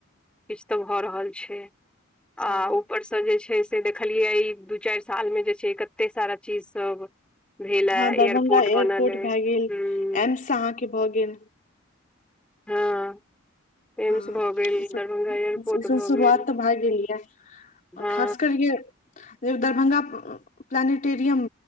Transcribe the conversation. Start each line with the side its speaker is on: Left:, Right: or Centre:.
Centre: किछ तऽ भऽ रहल छै आ
Left: हँ
Centre: ऊपर स जे छै से देखलियै ई, दू चारि साल मे जे छै कते सारा चीज सब भेल
Left: हँ
Centre: हमघएयरपोर्ट
Left: दरभंगा एयरपोर्ट
Centre: बनलै हूँ
Left: भए गेल
Centre: हूँ‌मयं
Left: एम्स अहाँके भऽ गेल
Centre: हँ एम्स
Left: हँ
Centre: भऽ गेल
Left: इ सब
Centre: दरभंगा एयरपोर्ट
Left: इ सब
Centre: भऽ
Left: शुरुआत
Centre: गेल
Left: तऽ भए गेल ये ओर
Centre: हँ
Left: खास कर इ जे दरभंगा प्लानेटेरिम